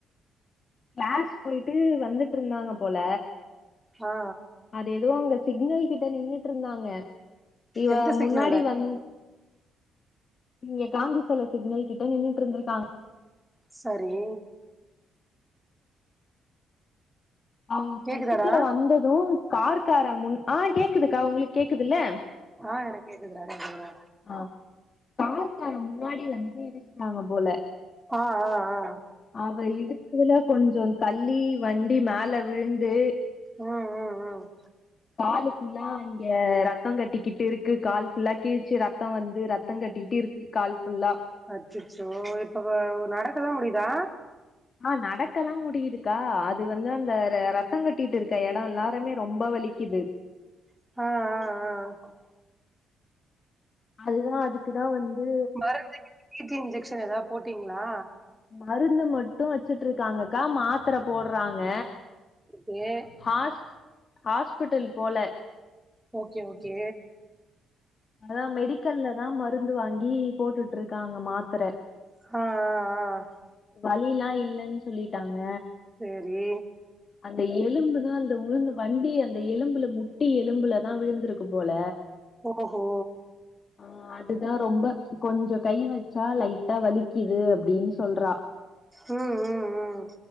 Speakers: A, on the left (about 45°); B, in the centre.
A: க்ளாஸ் போயிட்டு வந்துட்டு இருந்தாங்க போல
B: ஆ
A: அது எதோ அவுங்க சிக்னல் கிட்ட நின்னுட்ருந்தாங்க இவ
B: எந்த சிக்னலு
A: முன்னாடி வந் இங்க காந்தி செல சிக்னல் கிட்ட நின்னுட்ருந்துருக்காங்
B: சரி
A: அவுங்க ஃப்ரெண்டு
B: கேக்குதாடா
A: கீழ வந்தது கார்கார முன் ஆ கேக்குதுக்கா உங்ளுக்கு கேக்குதில்ல
B: ஆ எனக் கேக்குதுடா <inaudible> சொல்டா
A: அ கார்கார முன்னாடி வந்து இடுச்ட்டாங்க போல
B: ஆ ஆ ஆ
A: அவ இடுச்சதுல கொஞ்சோ தள்ளி வண்டி மேல விழுந்து
B: ம் ம் ம்
A: காலு ஃபுல்லா இங்க ரத்தோ கட்டிக்கிட்டு இருக் கு கால் ஃபுல்லா கிழுச்சி ரத்தோ வந்து ரத்தோ கட்டிகிட்டு இருக்கு கால் ஃபுல்லா
B: அச்சச்சோ இப்ப நடக்கெல்லா முடிதா
A: ஆ நடக்கல்லா முடியிதுக்கா அது வந்து அந்த இந்த ரத்தங் கட்டிட்டு இருக்க எடொ எல்லாருமே ரொம்போ வலிக்குது
B: ஆ ஆ ஆ
A: அதுதா அதுக்குதா வந்து
B: மருந்து டி டி இன்ஜெக்சன் ஏதாது போட்டிங்ளா
A: மருந்து மட்டு‌ வெச்சுட்டு இருக்காங்கக்கா மாத்தர போட்றாங்க
B: ஒகே
A: ஹாஸ் ஹாஸ்பிட்டல் போல
B: ஓகே ஓகே
A: அதா மெடிக்கல்ல தா மருந்து வாங்கி போட்டுட்டு ருக்காங்க மாத்தர
B: அ அ ஆ
A: வலில்லா இல்லன் சொல்லிட்டாங்க
B: செரி
A: அந்த எலும்புதா அந்த உழுந்து வண்டி அந்த எலும்புல முட்டி எலும்புலதா விழுந்திருக்கு போல
B: ஓ ஹோ
A: ஆ அதுதா ரொம்ப கொஞ்சோ கை வெச்சா லைட்டா வலிக்கிது அப்டின் சொல்றா
B: ம்ம்ம்